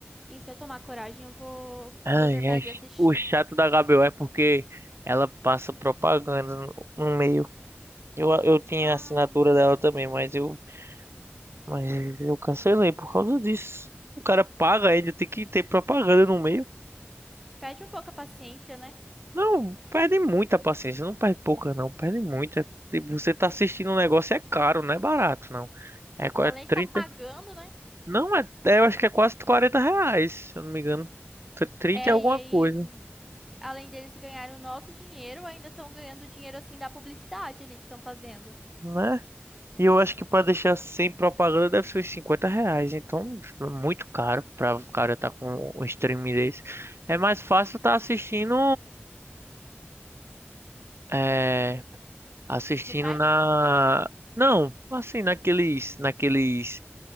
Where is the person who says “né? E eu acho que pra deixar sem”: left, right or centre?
Right